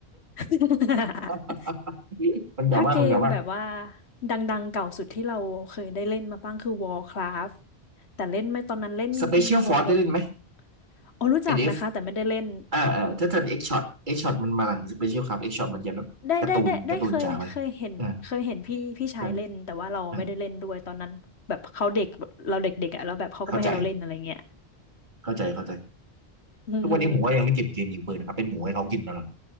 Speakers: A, on the left (about 90°); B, on the right (about 50°).
A: <laughs>
B: <laughs> มันกล่าวว่ามันกล่าวว่า
A: ถ้าเกมแบบว่าดังๆเก่าสุดที่เราเคยได้เล่นมาบ้างคือ Warcraft แต่เล่นไม่ตอนนั้นเล่น
B: Special
A: งงๆอะ
B: Force ได้เล่นไหม
A: อ๋อรู้จักนะคะแต่ไม่ได้เล่น
B: NF อนเอฟอ่าอ่าถ้าทันเอกช็อตเอ็ก Shot มันมาหลัง Special ครับเอ็ก Shot มันจะแบบการ์ตูนการ์ตูนจ๋าไป
A: ได้ได้ได้ได้เคยเคยเห็นเคยเห็นพี่พี่ชายเล่นแต่ว่าเราไม่ได้เล่นด้วยตอนนั้นแบบเขาเด็กแบบเราเด็กๆอ่ะแล้วแบบเขาก็ไม่ให้เราเล่นอะไรเงี้ย
B: อ่าใช่ใช่เข้าใจเข้าใจเข้าใจ
A: <laughs>
B: ทุกวันนี้ผมว่ายังไม่เก็บเกมยิงปืนนะครับเป็นหมูให้เขากินตลอด